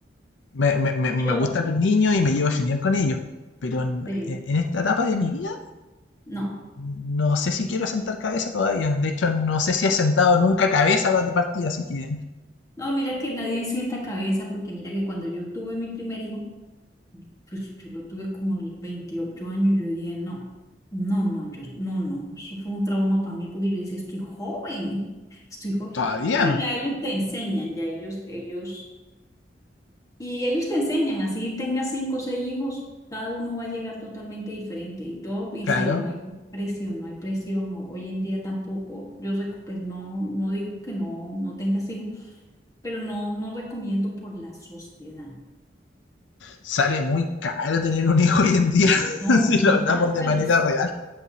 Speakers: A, on the left (about 85°); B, on the left (about 20°).
A: Me, me, me
B: Pero,
A: gustan los niños y me llevo genial con ellos. Pero en,
B: sí,
A: en esta etapa de mi vida
B: no.
A: No sé si quiero sentar cabeza todavía. De hecho, no sé si he sentado nunca cabeza de partida, así que
B: No, mira que nadie sienta cabeza, porque mira que cuando yo tuve mi primer hijo, pues yo lo tuve como a los veintiocho años, yo dije, no, no, no, yo, no, no, eso fue un trauma para mí, porque yo decía, estoy joven, <laughs> estoy joven,
A: todavía,
B: pero ya ellos te enseñan, ya ellos, ellos, y ellos te enseñan, así tengas cinco o seis hijos, cada uno va a llegar totalmente diferente, y todo, y
A: claro.
B: sí, no hay presión, no hay presión, o- hoy en día tampoco, yo, recu- pues no, no digo que no, no tengas hijos, pero no, no recomiendo por la sociedad.
A: Sale muy caro tener un hijo hoy en día, <laughs>
B: No,
A: si lo
B: no
A: hablamos
B: está,
A: de
B: bueno,
A: manera
B: s-
A: real.